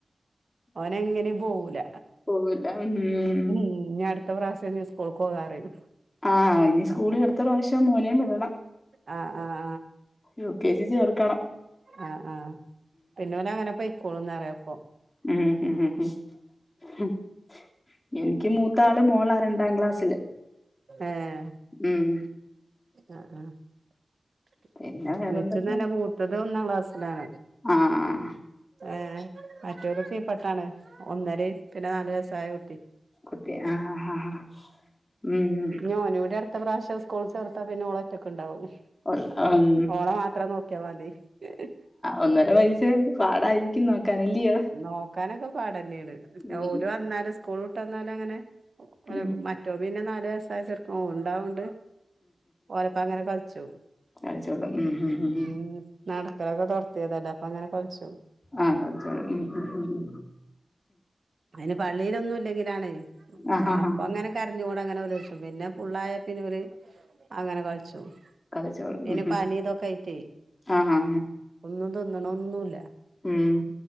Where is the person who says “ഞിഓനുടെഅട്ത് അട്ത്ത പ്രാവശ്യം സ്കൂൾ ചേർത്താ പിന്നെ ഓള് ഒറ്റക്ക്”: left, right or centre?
Right